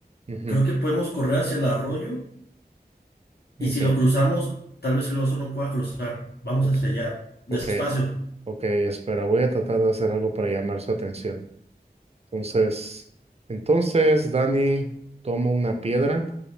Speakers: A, on the right; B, on the left.
A: Ujú.
B: Creo que podemos correr hacia el arroyo y
A: Okay.
B: si lo cruzamos, tal vez el oso no pueda cruzar. Vamos
A: Ok,
B: hacia allá, despacio.
A: ok, ok, espera, voy a tratar de hacer algo para llamar su atención. Entonces, entonces, Dani, tomo una piedra